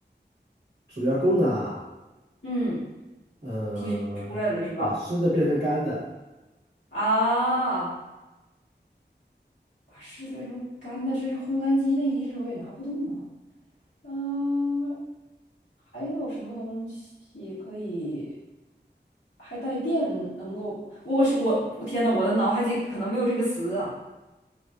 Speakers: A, on the right; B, on the left.
A: 主要功能啊，
B: 嗯，
A: 呃，
B: 提示出来了是吧？
A: 把湿的变成干的，
B: 啊，把湿的变成干的，这是烘干机，那一只手也拿不动啊。嗯、还有什么东西可以还带电？能够，我是我，我天呐，我的脑海里可能没有这个词啊。